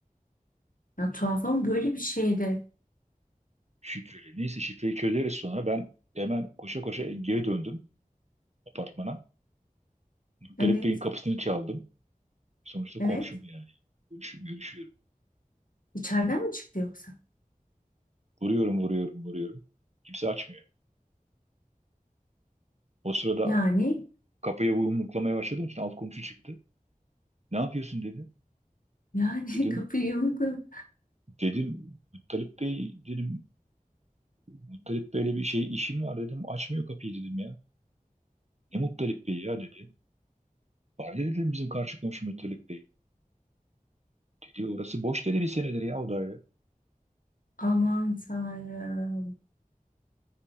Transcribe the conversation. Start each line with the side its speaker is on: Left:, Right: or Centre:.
Left: Ya tuhaf ama böyle bir şeydi.
Right: Şifreli. Neyse şifreyi çözeriz sonra. Ben hemen koşa koşa geri döndüm apartmana. Galip
Left: Evet,
Right: Bey'in kapısını çaldım. Sonuçta
Left: evet.
Right: komşum yani. Görüş- görüşüyorum.
Left: İçeriden mi çıktı yoksa?
Right: Vuruyorum, vuruyorum, vuruyorum. Kimse açmıyor. O sırada
Left: Yani,
Right: kapıya yumruklamaya başladığım için alt komşu çıktı. Ne yapıyorsun dedi.
Left: yani
Right: Dedim,
Left: <laughs> kapıyı yumrukla.
Right: dedim Muttalip Bey dedim Muttalip Bey'le bir şey işim var dedim. Açmıyor kapıyı dedim ya. Ne Muttalip Bey ya dedi. Var dedi, dedim bizim karşı komşu Muttalip Bey. Dedi orası boş dedi bir senedir ya o daire.
Left: Aman Tanrım.